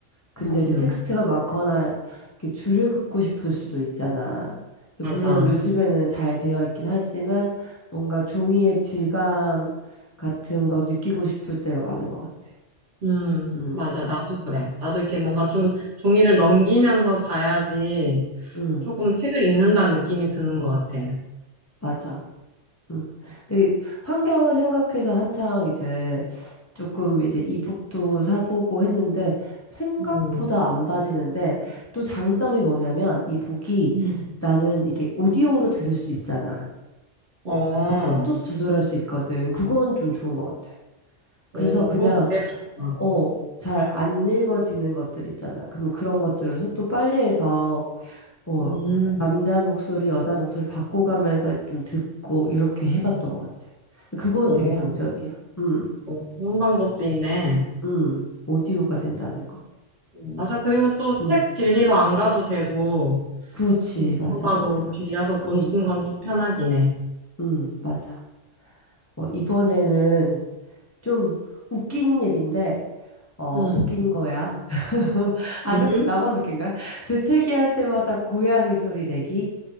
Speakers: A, on the left; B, on the right.
A: 근데
B: 음,
A: 이제 텍스트가 많거나 이렇게 줄을 긋고 싶을 수도 있잖아. 근데
B: 맞아.
A: 물론 요즘에는 잘 되어 있긴 하지만 뭔가 종이의 질감 같은 거 느끼고 싶을 때가 많은 것 같아.
B: 음,
A: 음,
B: 맞아. 나도 그래. 나도 이렇게 뭔가 좀
A: 음,
B: 종이를 넘기면서 봐야지
A: 음,
B: 조금 책을 읽는다는 느낌이 드는 것 같아.
A: 맞아. 음. 근데 환경을 생각해서 한창 이제 조금 이제 이북도 사보고 했는데 생각보다
B: 음,
A: 안 빠지는데 또 장점이 뭐냐면 이북이
B: 음.
A: 나는 이게 오디오로 들을 수 있잖아.
B: 어,
A: 막 속도도 조절할 수 있거든. 그건 좀 좋은 것 같아.
B: 오,
A: 그래서 그냥,
B: 그거 되게 좋다.
A: 어, 잘 안 읽어지는 것들 있잖아. 그럼 그런 것들은 속도 빨리 해서, 어,
B: 음,
A: 남자 목소리, 여자 목소리 바꿔가면서 좀 듣고 이렇게 해봤던 것 같아. 그건
B: 오,
A: 되게 장점이야. 음,
B: 오, 그런 방법도 있네.
A: 음, 오디오가 된다는 거.
B: 음, 맞아. 그리고 또
A: 음,
B: 책 빌리러 안 가도 되고,
A: 그렇지.
B: 좀
A: 맞아,
B: 바로바로
A: 맞아.
B: 빌려서 보는
A: 음,
B: 건 좀 편하긴 해.
A: 음, 맞아. 어, 이번에는 좀 웃긴 얘긴데, 어,
B: 음,
A: 웃긴 거야. 안
B: 음,
A: 웃기, 나만 웃긴가? 재채기할 때마다 고양이 소리 내기.